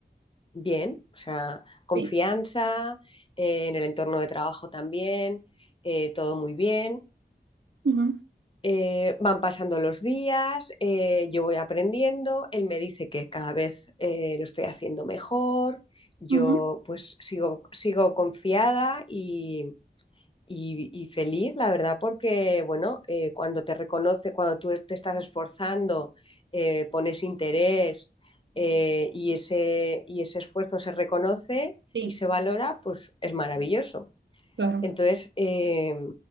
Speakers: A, on the left; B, on the right.
A: bien, o sea, confianza,
B: Sí,
A: eh, en el entorno de trabajo también, eh, todo muy bien.
B: ujú,
A: Eh, van pasando los días, eh, yo voy aprendiendo, él me dice que cada vez eh, lo estoy haciendo mejor, yo
B: ujú,
A: pues sigo, sigo confiada y, y- y feliz, la verdad, porque bueno, eh, cuando te reconoce, cuando tú te estás esforzando, eh, pones interés eh, y ese, y ese esfuerzo se reconoce
B: sí,
A: y se valora, pues es maravilloso.
B: claro.
A: Entonces, eh,